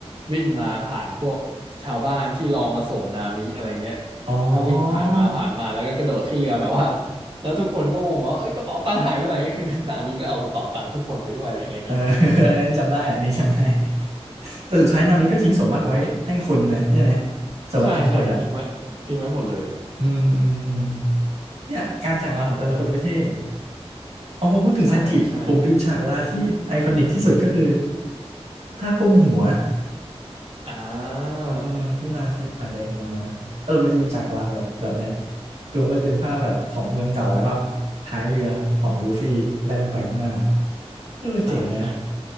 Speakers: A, on the right; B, on the right.
A: วิ่งมาผ่านพวกชาวบ้านที่รอมาส่งนามิอะไรเงี้ย
B: อ๋อ
A: ก็วิ่งผ่านมาผ่านมาแล้วก็กระโดดขึ้นเรือแบบว่าแล้วทุกคนก็งงว่าเอ้ยกระเป๋าตังค์หายไปไหน <laughs> คือ <laughs> นามิก็เอากระเป๋าตังค์ทุกคนไปด้วยอะไรอะไรเงี้ย
B: เออ <laughs> อันนั้นจำได้อันนี้จำได้ <laughs> แต่สุดท้ายนามิก็ทิ้งสมบัติไว้ให้คนไหมใช่ไหมสมบัติทั้งหมดอ่ะ
A: ใช่ใช่ทิ้งไว้ทิ้งไว้หมดเลย
B: อืมอืมอืมเนี่ยการจากลาของแต่ละคนก็เท่เอาพอพูดถึงซันจิผมลืมฉากลาที่ไอคอนิกที่สุดก็คือ
A: ใช่ใช่
B: ท่าก้มหัว
A: อ่า
B: เออที่ลาเชฟขาแดงมา เออมันจะมีฉากลาแบบแบบเนี้ยคือมันก็จะเป็นภาพแบบของเมืองเก่าแล้วก็ท้ายเรือของลูฟี่แล่นไปข้างหน้าเออเจ๋งนะ
A: ใช่ใช่